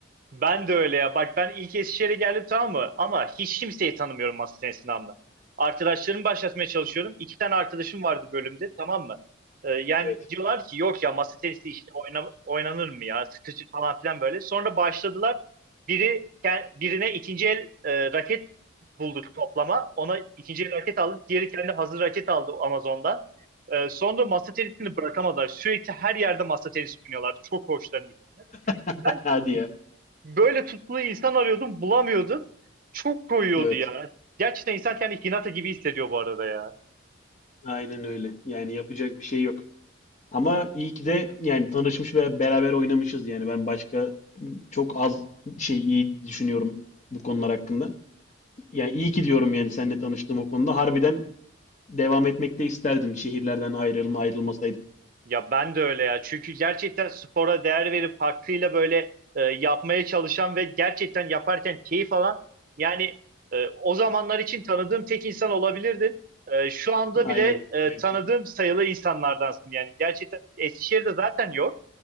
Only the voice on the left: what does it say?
Evet.
<laughs>
Hadi ya.
Evet,
aynen öyle. Yani yapacak bir şey yok. Ama iyi ki de yani tanışmış ve beraber oynamışız. Yani ben başka çok az şey iyi düşünüyorum bu konular hakkında. Yani iyi ki diyorum yani seninle tanıştığım o konuda. Harbiden devam etmek de isterdim. Şehirlerden ayrılma ayrılmasaydık.
Aynen
aynı
şekilde.